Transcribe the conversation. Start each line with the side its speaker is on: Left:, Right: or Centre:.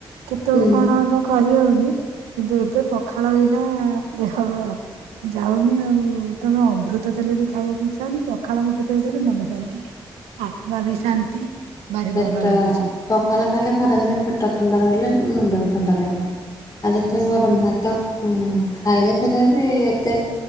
Right: କେତେବେଳ
Left: ହୁଁ।
Right: କଣ ହବ କହିହଉନି କିନ୍ତୁ ଏବେ ପଖା ପଖାଳ ବିନା ଦେହ ଯାଉନି ଆଉ ତମେ ଅମୃତ ଦେଲେ ବି ଖାଇବାକୁ ଇଛା। ପଖାଳ ଗୁଟେ ଥୋଇଦେଲେ ଦେଲେ ମନ ଶାନ୍ତି। ଆତ୍ମା ବି ଶାନ୍ତି ଭାରି
Left: ପେଟ
Right: ଭଲ ଲାଗୁଛି
Left: ପଖଳ ଖାଇଲେ ଖରାଦିନ ପେଟ ଥଣ୍ଡା ରହିଲେ ମୁଣ୍ଡ ଥଣ୍ଡା ରହିବ। ଆଉ ଯେତେ
Right: ହଁ
Left: ଗରମ ଭାତ ହୁଁ ଖାଇଲେ ସୁଧା ବି ଏତେ